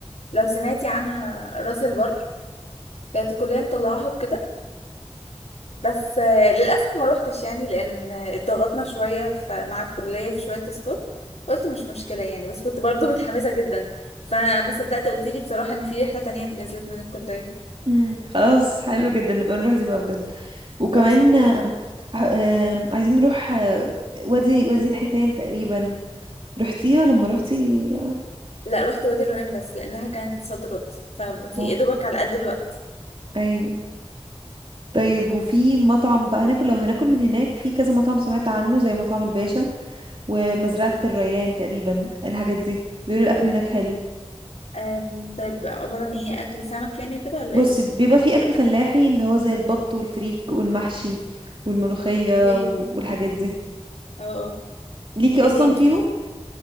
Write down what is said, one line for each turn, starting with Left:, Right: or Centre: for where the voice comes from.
Left: لو سمعتي عنها راس البر كانت الكلية مطلعاها وكده بس آه، للأسف ما روحتش يعني لأن اتضغطنا شوية ف- مع الكلية في شوية تسقط قلت مش مشكلة يعني بس كنت برضو متحمسة جدا فما صدقت قلت لي بصراحة إن في رحلة تانية نزلت من الكلية
Right: مم، خلاص حلو جدا نبقى نروح دي بقى بجد وكمان
Left: خلاص أوكي
Right: آه، آم، عايزين نروح آه، وادي وادي الحيتان تقريبا رحتيها لما روحتي
Left: لا رحت وادي الريان بس لأنها كانت صد رد ففي
Right: اه
Left: يا دوبك على قد الوقت
Right: ايوه طيب وفي مطعم بقى هناكل لو هناكل من هناك في كذا مطعم سمعت عنه زي مطعم الباشا ومزرعة الريان تقريبا الحاجات دي بيقولوا الأكل هناك حلو
Left: أم طيب عبارة عن إيه أكل سمك يعني كده ولا
Right: بص
Left: إيه؟
Right: بيبقى في أكل فلاحي اللي هو زي البط والفريك والمحشي والملوخية
Left: اوكي
Right: و- والحاجات دي
Left: اه اه
Right: ليكي
Left: إيه
Right: أصلا
Left: تاني؟
Right: فيهم